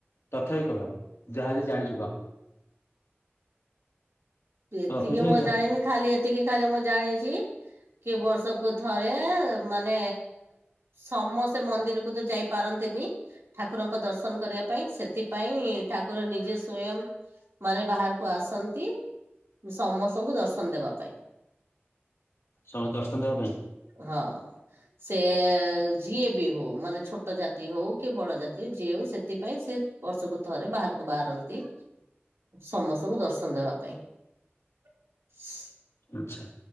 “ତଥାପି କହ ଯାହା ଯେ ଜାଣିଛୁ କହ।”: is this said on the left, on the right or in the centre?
Left